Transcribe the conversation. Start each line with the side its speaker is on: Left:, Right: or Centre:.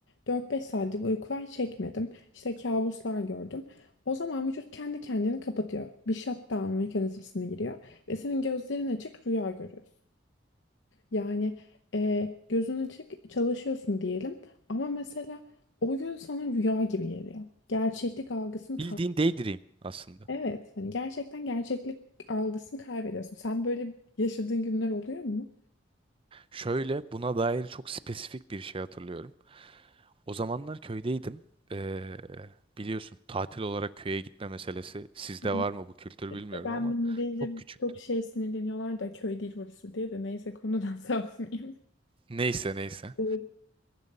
Left: dört beş saatlik uykular çekmedim. İşte kabuslar gördüm. O zaman vücut kendi kendini kapatıyor. Bir shutdown mekanizmasına giriyor ve senin gözlerin açık rüya görüyorsun. Yani e, gözün açık çalışıyorsun diyelim ama mesela o gün sana rüya gibi geliyor. Gerçeklik algısını
Right: Bildiğin
Left: kay-
Right: daydream aslında.
Left: Evet, hani gerçekten gerçeklik algısını kaybediyorsun. Sen böyle yaşadığın günler oluyor mu?
Right: Şöyle buna dair çok spesifik bir şey hatırlıyorum. O zamanlar köydeydim. Ee, biliyorsun tatil olarak köye gitme meselesi sizde var
Left: Hı.
Right: mı bu kültür
Left: E,
Right: bilmiyorum
Left: Ben
Right: ama
Left: bunu deyince
Right: çok küçüktüm.
Left: çok şey sinirleniyorlar da köy değil burası diye de neyse konudan <laughs> sapmayayım.
Right: Neyse neyse.
Left: Evet.